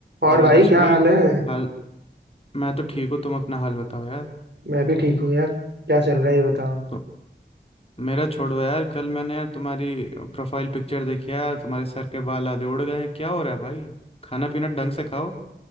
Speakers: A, on the left; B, on the right.
A: और
B: और भाई
A: आदर्श
B: क्या
A: भाई
B: हाल है
A: हाल मैं तो ठीक हूँ तुम अपना हाल बताओ यार
B: मैं भी ठीक हूँ यार क्या चल रहा है ये बताओ
A: तो मेरा छोड़ो यार कल मैंने यार तुम्हारी प्रोफाइल पिक्चर देखी यार तुम्हारे सर के बाल आधे उड़ गए हैं क्या हो रहा है भाई खाना पीना ढंग से खाओ